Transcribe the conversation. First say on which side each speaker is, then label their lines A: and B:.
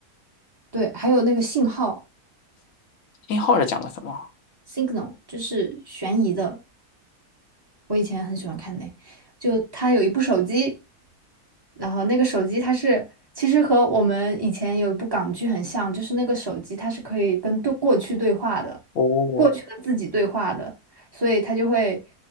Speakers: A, on the right; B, on the left.
A: 对，还有那个信号
B: 殷号是讲的什么？
A: （Signal），就是悬疑的，我以前很喜欢看那，就他有一部手机，然后那个手机它是，其实和我们以前有一部港剧很像，就是那个手机它是可以跟对过去对话的，
B: 哦，
A: 过去的自己对话的，所以它就会，